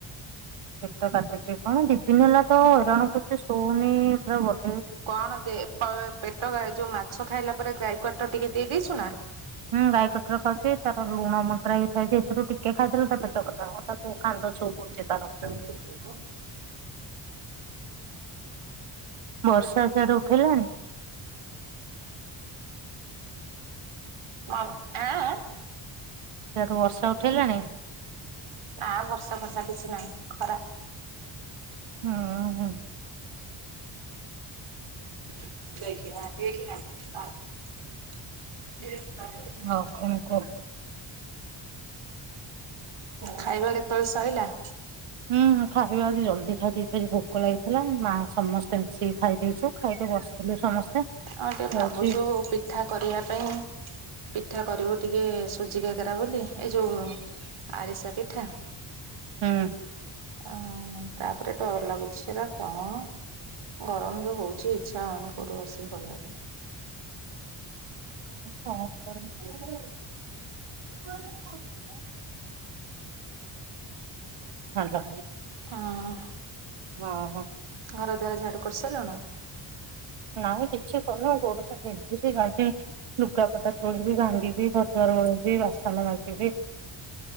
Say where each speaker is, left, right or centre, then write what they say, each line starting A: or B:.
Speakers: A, on the right; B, on the right.
A: ପେଟ କାଟୁଛି କଣ ଦି ଦିନ ହେଲା ତ ହଇରାଣ କରୁଛି ଶୋଉନି ପୁରା ବ
B: କଣ ଦେ ପେଟ ଯୋଉ ମାଛ ଖାଇଲା ପରେ ଗାଈ କଆଟ ଟିକେ ଦେଇ ଦେଇଦେଇଛୁ ନା?
A: ହୁଁ ଗାଈ କଟର ଖାଉଚି ତା ଲୁଣ ମନ୍ତରା ହେଇକି ଥୁଆହେଇଚି ସେଥିରୁ ଟିକେ ଖଇଦେଲେ ତା ପେଟ କଟା ହବ ତା ବୋଉ <unintelligible> ତାର।
B: <unintelligible>
A: ବର୍ଷା ସିଆଡେ ଉଠେଇଲାଣି
B: <unintelligible> ଆଁ?
A: ସେଠୁ ବର୍ଷା ଉଠେଇଲାଣି?
B: ନା ବର୍ଷା ଫର୍ଷା କିଛି ନାହିଁ ଖରା।
A: ହୁଁ ହୁଁ।
B: <inaudible>
A: ହଉ କଣ କୁହ?
B: ଖାଇବା କେତେବେଳେ ସଇଲା?
A: ହୁଁ ଖାଇବା ଆଜି ଜଲ୍ଦି ଖାଇ ଦେଇେଇ ଆଜି ଭୋକ ଲାଗିଥିଲା ମା ସମସ୍ତେ ମିଶିକି ଖାଇ ଦେଇେଇଛୁ ଖାଇକ ବସ ଏବେ ସମସ୍ତେ
B: ଆଉ ଟିକେ
A: ଯାଉଛି
B: ଭାବୁଛୁ ପିଠା କରିବା ପାଇଁ ପିଠା କରିବୁ ଟିକେ ସୁଜିକାକରା ବୋଲି ଏଇ ଯୋଉ ଆରିସା ପିଠା
A: ହୁଁ।
B: ଓ ତାପରେ ଡର ଲାଗୁଛି ସେରା କଣ? ଗରମ ଯୋଉ ହଉଛି ଇଚ୍ଛା ହଉନି କୋଉଠି ବସିକି କରିବା ପାଇଁ
A: <unintelligible> ହାଲୋ।
B: ହଁ।
A: ହଁ ହଁ।
B: ଘର ଦ୍ୱାର ଝାଡୁ କରିସାରିଲୁଣୁ?
A: ନାଇଁ କିଛି କରିନୁ ଗୋଡ଼ ଟା ବିନ୍ଧୁଛି ଯାଇକି ଲୁଗାପଟା ତୋଳିବି ଭାଙ୍ଗିବି ଘରଦୁଆାର ଓଳେଇବି ବାସନ ମାଜିବି